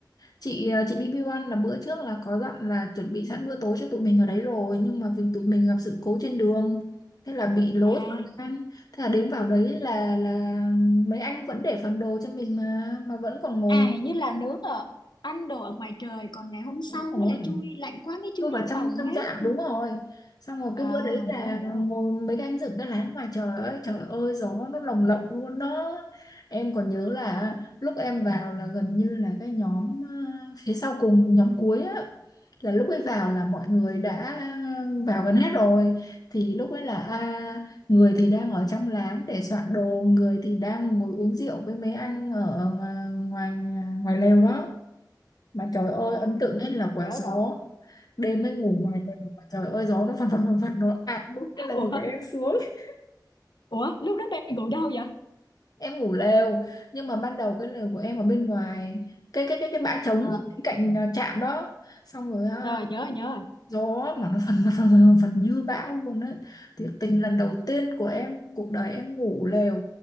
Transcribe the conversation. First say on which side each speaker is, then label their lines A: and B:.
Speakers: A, on the left (about 55°); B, on the left (about 75°).
A: chị ờ, chị BB1 là bữa trước là có dặn là chuẩn bị sẵn bữa tối cho tụi mình ở đấy rồi nhưng mà vì tụi mình gặp sự cố trên đường thế là bị lố
B: à
A: thời gian thế là đến vào đấy là là mấy anh vẫn để phần đồ cho mình mà mà vẫn còn ngồi
B: À hình như là nướng ở ăn đồ ở ngoài trời còn ngày hôm sau
A: đúng rồi
B: mới là chui lạnh quá mới chui
A: tôi vào
B: vô
A: trong
B: phòng
A: trong
B: hết.
A: chợ ẩm, đúng rồi xong rồi
B: À
A: cái bữa đấy là
B: nhớ rồi, nhớ
A: ngồi
B: rồi.
A: mấy cái anh dựng cái lán ngoài trời ơi trời ơi gió nó lồng lộng luôn đó em còn nhớ là lúc em vào là gần như là cái nhóm ờ, phía sau cùng nhóm cuối á là lúc ấy vào là mọi người đã ờ, vào gần hết rồi thì lúc ấy là à, người thì đang ở trong lán để soạn đồ người thì đang ngồi uống rượu với mấy anh ở ngoài ngoài lều đó mà trời ơi
B: À
A: ấn tượng nhất là quả
B: nhớ
A: gió
B: rồi.
A: Đêm mới ngủ ngoài lều mà Trời ơi gió nó phật phật phật phật Nó ạt luôn
B: <laughs>
A: cái lều
B: Ủa
A: của em xuống <laughs>
B: ủa lúc đó bạn ngủ đâu vậy?
A: Em ngủ lều Nhưng mà ban đầu cái lều của em ở bên ngoài Cái cái cái cái bãi trống
B: À
A: bên cạnh à, trạm đó Xong rồi à,
B: rồi nhớ rồi, nhớ rồi.
A: gió mà nó phần phần phật <laughs> phật như bão luôn đấy thiệt tình lần đầu tiên của em cuộc đời em ngủ lều